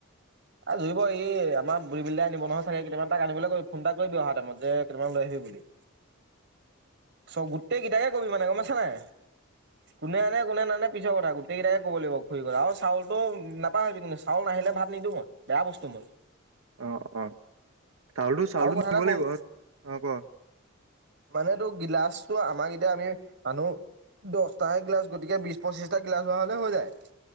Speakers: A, on the right; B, on the right.
A: এ জুৰিব এই আমাৰ ৰিবিল দাই আনিব নহয় চাগে কেইটামান তাক আনিবলৈ কবি ফোন এটা কৰিবি অহা টাইমত যে কেইটামান লৈ আহিবি বুলি আহিবি বুলি।
B: <unintelligible>
A: চ গোটেই কেইটাকে কবি মানে গম পাইছা নাই। কোনে আনে কোনে নানে পিছৰ কথা গোটেই কেইটাকে ক'ব লাগিব ঘুৰিবলে আৰু চাউলটো নাপাহৰিবি কিন্তু। চউল নাহি- লে ভাত নিদো মই। বেয়া বস্তু মই।
B: অঁ অঁ চাউলটো চাউলটো
A: আৰু কথা
B: নিব
A: এটা শুন
B: লাগিব, অঁ ক?
A: মানে তোক গ্লাছটো আমাক এতিয়া আমি মানু্হ- দহটাহে গ্লাছ। গতিকে বিশ পঁচিশটা গ্লাছ হোৱা হ'লে হৈ যায়।